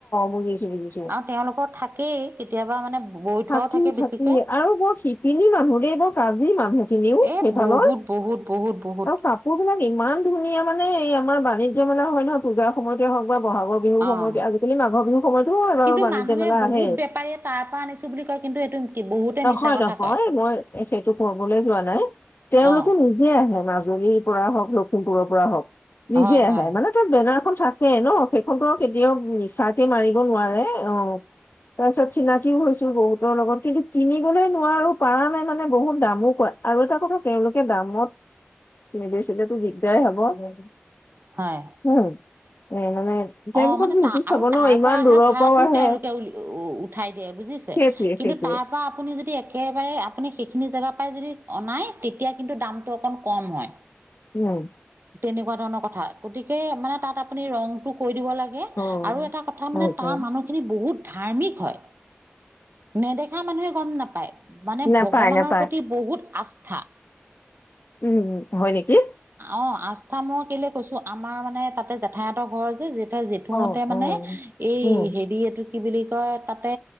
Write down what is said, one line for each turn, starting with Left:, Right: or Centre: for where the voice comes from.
Left: বুজিছো বুজিছো
Right: আৰু তেওঁলোকৰ থাক কেই, কেতিয়াবা মানে বৈ থোৱাও
Left: থাকি
Right: থাকে বেছিকে।
Left: থাকি আৰু বৰ শিপিনী মানুহ দেই, বৰ কাজি মানুহখিনিও
Right: এ
Left: সেইফালৰ,
Right: বহুত বহুত বহুত বহুত
Left: আৰু কাপোৰ বিলাক ইমান ধুনীয়া। মানে এই আমাৰ বাণিজ্য মেলা হয় নহয়, পূজাৰ সময়তে হওঁক বা বহা'গৰ বিহুৰ সময়ত,
Right: অ'।
Left: আজিকালি মাঘৰ বিহুৰ সময়তো হয় বাৰু,
Right: কিন্তু
Left: বাণিজ্য
Right: মানুহে
Left: মেলা
Right: বহুত
Left: আহেই
Right: বেপাৰীয়ে তাৰ পৰা আনিছো বুলি কয় কিন্তু এইটো বহুতে
Left: নহয়
Right: মিছা কথা
Left: নহয়
Right: কয়।
Left: মই সেইটো ৰ্ফমলৈ যোৱা নাই, তেওঁলোকে
Right: অ',
Left: নিজে আহে। মাজুলীৰ পৰা হওঁক লখিমপুৰৰ পৰা হওঁক। নিজে
Right: হয় হয়
Left: আহে মানে তাত বেনাৰ খন থাকে ন' সেইখনটো কেতিয়াও মিছাকে মাৰিব নোৱাৰে অ', তাৰপিছত চিনাকিও হৈছো বহুতৰ লগত কিন্তু কিনিবলৈ নোৱাৰোঁ, পাৰা নাই মানে বহুত দামো কয় আৰু এটা কথা তেওঁলোকে দামত <unintelligible> হ'লেতো দিগদাৰ হ'ব।
Right: হয়
Left: উম, এ মানে তেওঁলোকৰ
Right: অ', মানে
Left: বিহুটো
Right: তাৰ
Left: চাব
Right: আৰু
Left: ন
Right: তাৰ
Left: ইমান
Right: পৰা অহা
Left: দূৰৰ
Right: ভাড়াটোও
Left: পৰাও আহে।
Right: তেওঁলোকে উলি উঠাই দিয়ে বুজিছে
Left: সেইটোৱে
Right: কিন্তু
Left: সেইটোৱে
Right: তাৰ পৰা আপুনি যদি একেবাৰে আপুনি সেইখিনি জেগাৰ পৰাই যদি অনাই তেতিয়া কিন্তু দামটো অকণ কম হয়।
Left: উম।
Right: তেনেকুৱা ধৰণৰ কথা গতিকে মানে তাত আপুনি ৰঙটো কৈ দিব লাগে
Left: অ'।
Right: আৰু এটা কথা মানে
Left: উম,
Right: তাৰ
Left: উম,
Right: মানুহখিনি বহুত ধাৰ্মীক হয়, নেদেখা মানুহে গম নাপায়। মানে
Left: নাপায়
Right: ভগৱানৰ
Left: নাপায়
Right: প্ৰতি বহুত আস ঠা
Left: উম, হয় নেকি?
Right: অ', আস্থা মই কেলে কৈছো আমাৰ মানে তাতে জেঠায়হঁতৰ ঘৰ যে জে জেঠুহতে
Left: অ',
Right: মানে
Left: অ'।
Right: এই
Left: উম,
Right: হেৰি এইটো কি বুলি তাতে